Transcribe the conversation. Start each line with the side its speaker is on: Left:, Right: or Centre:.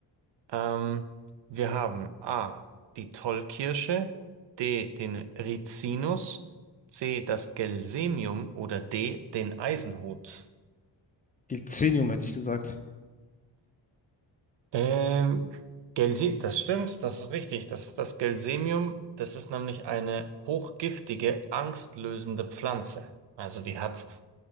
Right: Ähm, wir haben A, die Tollkirsche, D, den Rizinus, C, das Gelsemium oder D, den Eisenhut.
Left: Gilzenium hätte ich gesagt.
Right: Ähm, Gelse, das stimmt, das ist richtig. Das ist das Gelsemium. Das ist nämlich eine hochgiftige, angstlösende Pflanze. Also die hat